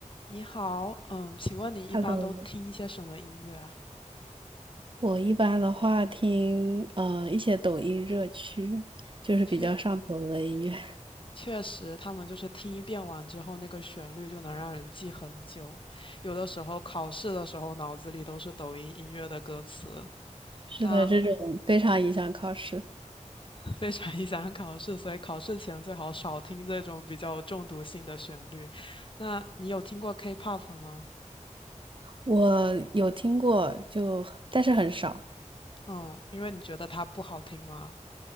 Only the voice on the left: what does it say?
你好，嗯，请问你一般都听一些什么音乐啊？
确确实，他们就是听一遍完之后，那个旋律就能让人记很久。有的时候考试的时候，脑子里都是抖音音乐的歌词，
那
<laughs> 非常影响考试，所以考试前最好少听这种比较有中毒性的旋律。那你有听过 K-pop 吗？
嗯，因为你觉得它不好听吗？